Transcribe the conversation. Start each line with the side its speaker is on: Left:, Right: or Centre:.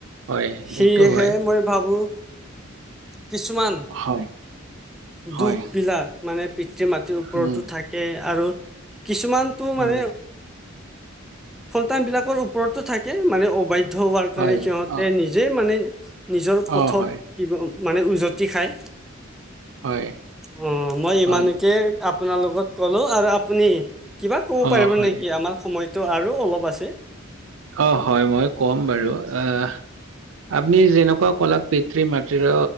Right: হয়
Centre: সেয়েহে
Right: এইটো হয়।
Centre: মই ভাবো কিছুমান
Right: হয় হয়
Centre: দুখ বিলাক মানে পিতৃ- মাতৃৰ ওপৰতো
Right: উম
Centre: থাকে আৰু কিছুমানটো মানে
Right: উম
Centre: সন্তান বিলাকৰ ওপৰততো থাকে মানে অবাধ্য হোৱাৰ কাৰণে
Right: হয়
Centre: সিহঁতে
Right: অ
Centre: নিজ যে মানে নিজৰ পথত
Right: অ হয়
Centre: কিব মানে উজতি খায়।
Right: হয়
Centre: অ, মই ইমানকে
Right: হয়
Centre: আপোনাৰ লগত ক'লো আৰু আপনি কিবা ক'ব
Right: অ
Centre: পাৰিব
Right: হয়
Centre: নেকি আমাৰ সময়টো আৰু অলপ আছে?
Right: অ, হয় মই কম বাৰু আহ আপনি যেনেকুৱা কলাত পিতৃ- মাতৃৰ